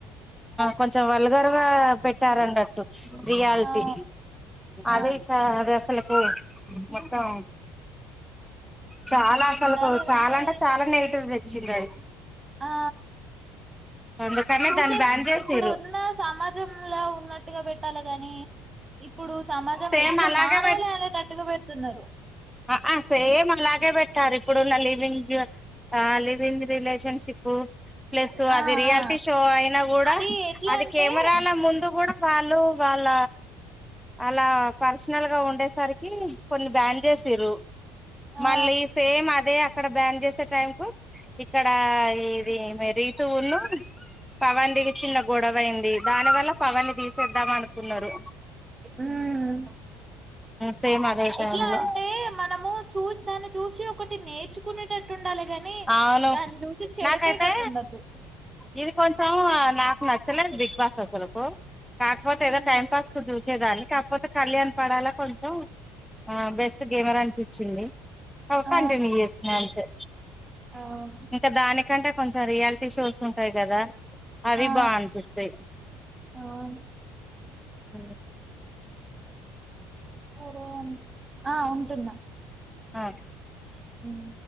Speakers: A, in the centre; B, on the right.
A: కొంచెం వాల్ల గర్వ పెట్టారున్నట్టు రియాలిటీ
B: అవు ఆ
A: అదే ఈ చ వ హలో మొత్తం చాలా అసలుకు
B: ఉండాలి గాని
A: చాలా అంటే చాలా నెగిటివ్ చిల్లాది
B: ఆ
A: అందుకనే
B: చూసే
A: దాన్ని బ్యాన్ చేసిర్రు
B: ఇప్పుడు ఉన్న సమాజంలా ఉన్నట్టుగా పెట్టాలి గానీ ఇప్పుడు సమాజం
A: సేమ్
B: ఎట్లా
A: అలాగే
B: మారాలి అనేటట్టుగా పెడుతున్నారు
A: అ అ సేమ్ అలాగే పెట్టారు ఇప్పుడున్న లివింగ్ ఆ లివింగ్ రిలే షిప్ ప్లస్
B: ఆ
A: అది రియాలిటీ
B: ఆ
A: షో అయినా కూడా
B: అది ఎట్లా
A: అది
B: అంటే
A: కెమెరాల ముందు కూడా వాళ్ళు వాళ్ళ వాళ్ళ పర్సనల్ గా ఉండే సరికి కొన్ని బ్యాండ్ సిరు
B: ఆ
A: మళ్ళీ సేమ్ అదే ఇక్కడ బ్యాండ్ చేస్ టైం కు ఇక్కడ ఇది మే రీతును పవన్ ది చిన్న గొడవ అైంది దాని వల్ల పవన్ తీసేద్దాం అనుకు కున్నారు
B: ఉమ్
A: సేమ్ అదే టైంలో
B: ఎట్లా అంటే మనము చూ దాన్ని చూసి ఒకటి నేర్చుకునేటట్టు ఉండాలి కని
A: అవును
B: దాన్ని చూసి చెడిపేటట్టు
A: నాకైతే
B: ఉండొద్దు
A: ఇది కొంచం నాకు నచ్చలేదు బిగ్ బాస్ అసలుకు కాకపోతే
B: ఉమ్
A: ఏదో టైం పాస్ కు చూసేదాన్ని కాకపోతే కళ్యాణ్ పడాల కొంచం ఆ బెస్ట్ గేమర్ అనిపిచ్చింది అవ్
B: ఆ
A: కంటిన్యూ చేస్తున్నా అంతే
B: అవును
A: ఇంకా దాని కంటే కొంచం రియాలిటీ షోస్ ఉంటాయి కదా అవి
B: ఆ
A: బా అనిపిస్తాయి
B: అవును
A: హు
B: సరే అండి ఆ ఉంటున్న
A: ఆ
B: ఉమ్